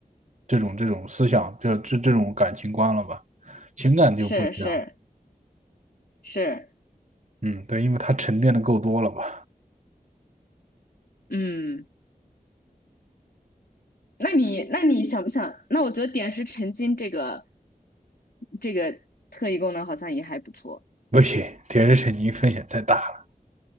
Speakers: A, on the right (about 50°); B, on the left (about 75°).
A: 这种、这种思想，这这这种感情观了吧？情感就不一样。
B: 是是。是，
A: 嗯，对，因为他沉淀的够多了吧？
B: 嗯，那你那你想不想？那我觉得点石成金这个这个特异功能好像也还不错，
A: 不行，铁石肯尼风险太大了。